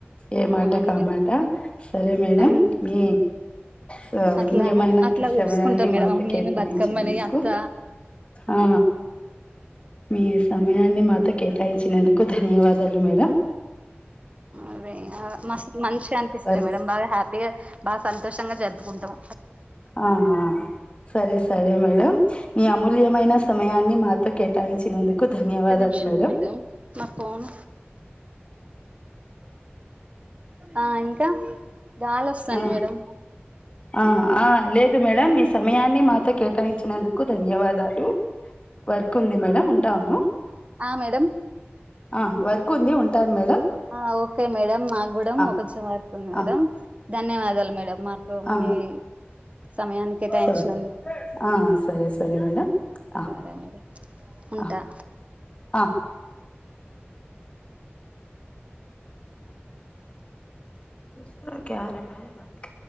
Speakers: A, on the left; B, on the right.
A: ఏ మాట
B: అవును
A: కామాట
B: మేడం
A: సరే మేడం
B: అవును
A: మీ స
B: అట్లా
A: బింజమైన
B: అట్లా
A: కసేమయ
B: కొలుసుకుంటాం
A: అన్నన్ని
B: మేడం
A: మాకు
B: అవును
A: కేటాయించినందుకు
B: నేను బతుకమ్మని అత్త
A: ఆ మీ సమయాన్ని మాతో కేటాయించినందుకు ధన్యవాదాలు మేడ
B: అదే మస్తు మంచిగ అనిపిస్తది
A: సరే
B: మేడం బాగా హ్యాపీగా బాగ సం సంతోషంగా జరుపుకుంటాం
A: ఆహ సరే సరే మేడం మీ అమూల్యమైన సమయాన్ని మాతో కేటాయించు నందుకు ధన్యవాదాలు
B: ఒక్క నిమిషం
A: మేడం
B: నా ఫోన్ ఆ ఇంకా గాలి వస్తాంది
A: ఆ
B: మేడం
A: ఆ ఆ లేదు మేడం మీ సమయాన్ని మాతో కేటాయించినందుకు ధన్యవాదాలు వర్క్ ఉంది మేడం ఉంటాను
B: ఆ మేడం
A: ఆ వర్క్ ఉంది ఉంటాను మేడం
B: ఆ ఓకే మేడం మాగూడా
A: ఆ
B: ఒకంచెమార్ మేడం
A: ఆ
B: ధన్యవాదాలు మేడం మాతో
A: ఆ
B: మీ సమయాన్ని కేటాయించినందుకు
A: సరే ఆ సరే సరే మేడం ఆ
B: సరే మరే ఉంటా
A: ఆ ఆ సరా క రమ్య బ క